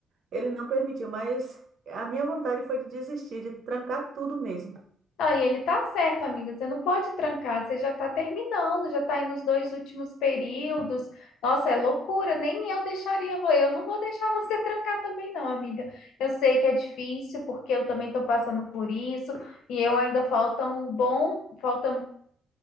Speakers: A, on the right; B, on the left.
A: ele não permitiu, mas a minha vontade foi de desistir, de trancar tudo mesmo.
B: Não, e ele tá certo, amiga. Você não pode trancar, você já tá terminando, já tá aí nos dois últimos períodos. Nossa, é loucura, nem eu deixaria, vo- eu não vou deixar você <laughs> trancar também, não, amiga. Eu sei que é difícil, porque eu também tô passando por isso, e eu ainda falta um bom, falta